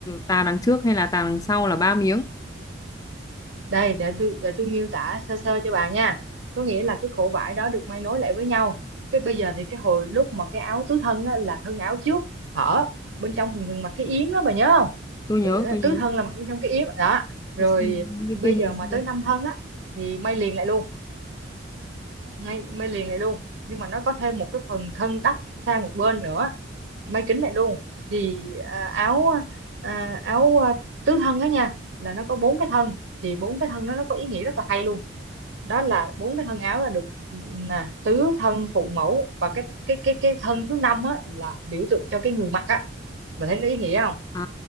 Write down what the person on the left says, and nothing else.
tà đằng trước hay là tà đằng sau là ba miếng.
Tôi nhớ,
tôi nhớ.
Tôi xem những cái
phim
ngày xưa.
À,